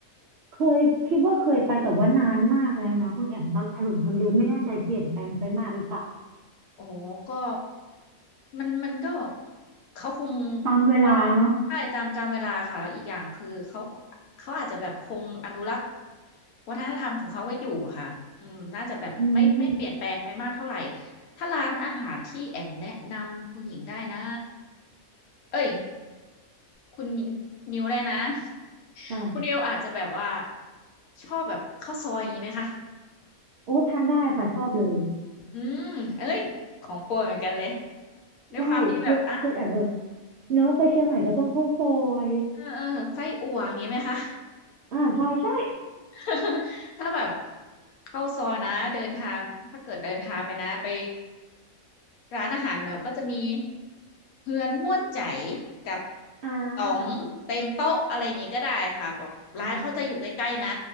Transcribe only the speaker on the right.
เคยคิดว่าเคยไปแต่ว่านานมากแล้วนะคุณแอมตอนถนนคนเดินไม่แน่ใจเปลี่ยนแปลงไปมากหรือเปล่า
ตามเวลาเนาะ
อืม
ค่ะ
โอ้ทานได้ค่ะชอบเลย
ใช่คุณคุณแอมแบบเนาะไปเชียงใหม่ก็ต้องเข้าซอย
อ่าใช่ใช่
<laughs> อ่า
อ๋อ